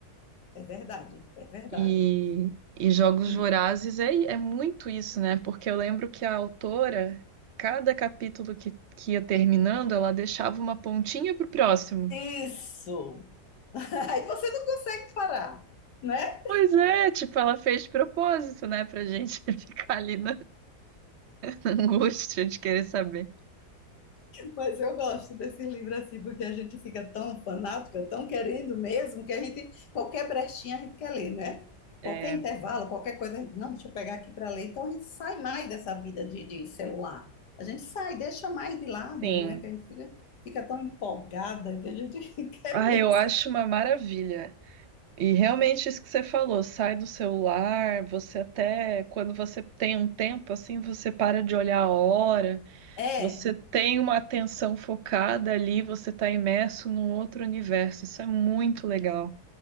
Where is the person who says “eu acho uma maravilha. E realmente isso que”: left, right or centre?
Right